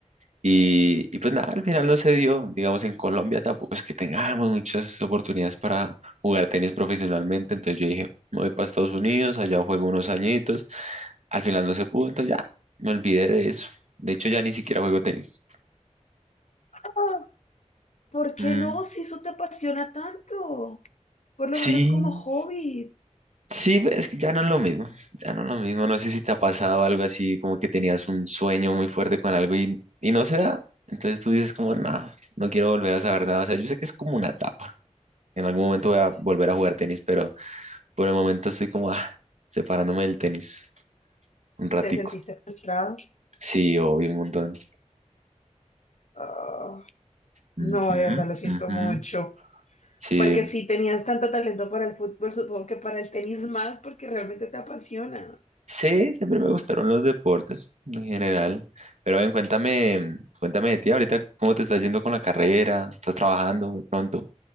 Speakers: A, on the right; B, on the left.
A: Y, y pues nada, al final no se dio. Digamos, en Colombia tampoco es que tengamos muchas oportunidades para jugar tenis profesionalmente. Entonces yo dije, me voy para Estados Unidos, allá juego unos añitos. Al final no se pudo, entonces ya me olvidé de eso. De hecho, ya ni siquiera juego tenis.
B: ah, ¿por qué
A: Mm,
B: no? Si eso te apasiona tanto, por lo
A: sí,
B: menos como hobby.
A: Sí, es que ya no es lo mismo, ya no es lo mismo. No sé si te ha pasado algo así, como que tenías un sueño muy fuerte con algo y, y no se da. Entonces tú dices como, no, no quiero volver a saber nada. O sea, yo sé que es como una etapa. En algún momento voy a
B: Sí.
A: volver a jugar tenis, pero por el momento estoy como, ah, separándome del tenis un ratico.
B: ¿Te sentiste frustrado?
A: Sí, obvio, un montón.
B: Ah,
A: Ujú,
B: no, de verdad, lo siento
A: ujú.
B: mucho.
A: Sí,
B: Porque si tenías tanto talento para el fútbol, supongo que para el tenis más, porque realmente te apasiona.
A: Sí, siempre me gustaron los deportes en general. Pero ven, cuéntame, cuéntame de ti ahorita, ¿cómo te estás yendo con la carrera? ¿Estás trabajando de pronto?